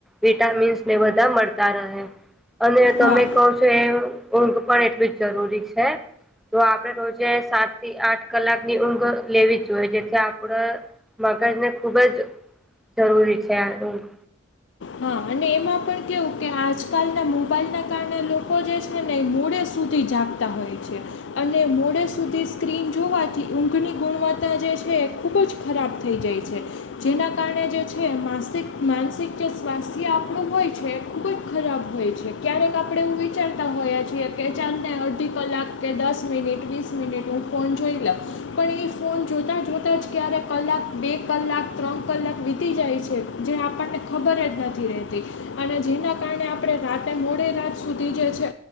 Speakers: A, in the centre; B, on the left (about 75°).
A: વિટામીન્સને બધાં મળતા રહે અને તમે
B: હા
A: કવ છો એવું ઊંઘ પણ એટલી જ જરૂરી છે. તો આપણે રોજે સાતથી આઠ કલાકની ઊંઘ લેવી જ જોઈએ જેથી આપણે મગજને ખુબ જ જરૂરી છે આ ઊન્ઘ.
B: હા અને એમાં પણ કેવું કે આજકાલના મોબાઈલના કારણે લોકો જે છે ને એ મોળે સુધી જાગ તા હોય છે. અને મોડે સુધી સ્ક્રીન જોવાથી ઊંઘની ગુણવત્તા જે છે ખૂબ જ ખરાબ થઈ જાય છે જેના કારણે જે છે માસિક માનસિક જે સ્વાસ્થ્ય આપણું હોય છે એ ખૂબ જ ખરાબ હોય છે ક્યારેક આપણે એવું વિચારતા હોએ છીએ. કે ચાલને અડઢી કલાક કે દસ મિનિટ, વીસ મિનિટ હું ફોન જોઈ લઉં. પણ ઈ ફોન જોતાં જોતાં જ ક્યારે કલાક, બે કલાક, ત્રણ કલાક વીતી જાય છે. જે આપણને ખબર જ નથી રહેતી અને જેના કારણે આપણે રાતે મોડી રાત સુધી જે છે.